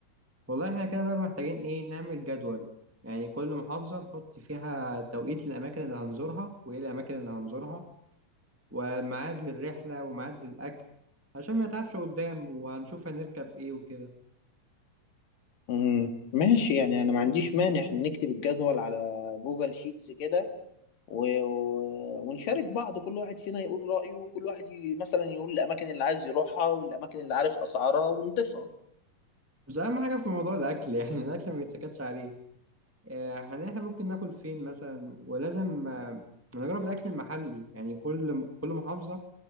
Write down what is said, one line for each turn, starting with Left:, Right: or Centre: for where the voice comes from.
Centre: والله احنا كده بقى محتاجين ايه نعمل جدول يعني كل محافظة نحط فيها توقيت للأماكن اللي هنزورها وإيه الأماكن اللي هنزورها وميعاد للرحلة وميعاد للأكل عشان ما نتعبش قدام وهنشوف هنركب إيه وكده
Left: مم. ماشي يعني أنا ما عنديش مانع إحنا نكتب الجدول على جوجل شيتس كده و... و... ونشارك بعض كل واحد فينا يقول رأيه وكل واحد ي... مثلا يقول الأماكن اللي عايز يروحها والأماكن اللي عارف أسعارها ونضيفها
Centre: بس أهم حاجة في موضوع الأكل <laughs> يعني الأكل ما يتسكتش عليه آه، يعني إحنا ممكن ناكل فين مثلا ولازم آه، نجرب الأكل المحلي يعني كل كل محافظة